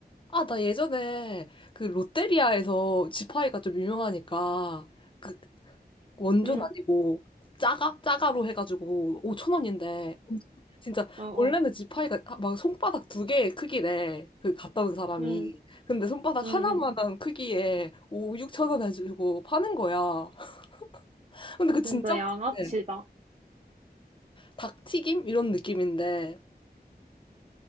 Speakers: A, on the left (about 30°); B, on the right (about 40°).
A: 아, 나 예전에 그 롯데리아에서 지파이가 좀 유명하니까 그 원조는
B: 응,
A: 아니고 짜가? 짜가로 해가지고 5천 원인데 진짜
B: 어, 어,
A: 원래는 지파이가 막 손바닥 두 개의 크기래. 그 갔다 온 사람이.
B: 응,
A: 근데 손바닥
B: 응,
A: 하나만한
B: 응.
A: 크기에 5, 6천 원 해주고 파는 거야. <laughs> 근데 그 진짜
B: 진짜
A: 맛있대.
B: 양아치다.
A: 닭튀김? 이런 느낌인데.